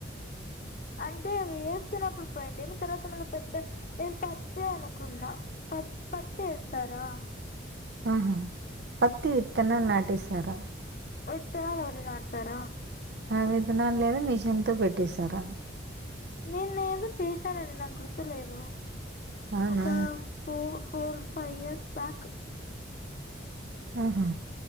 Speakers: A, on the left (about 45°); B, on the right (about 60°).
A: అంటే వేస్తున్నప్పుడు పోయింటి ఏమి తర్వాత మళ్ళ పెద్ద నేను పత్తే అనుకున్నా పత్ పత్ ఎస్తారా
B: ఆహా పత్తి విత్తనలు నాటిస్తార
A: విత్తనాలు ఎవరైన నాటు తర
B: ఆ విత్తన లేదు మిషన్ తో పెట్టిస్తార
A: నేను ఏదో చేశానండి నాకు గుర్తు లేదు
B: అవునా
A: ఒక ఫో ఫోర్ ఫైవ్ ఇయర్స్ బ్యాక్
B: ఆహా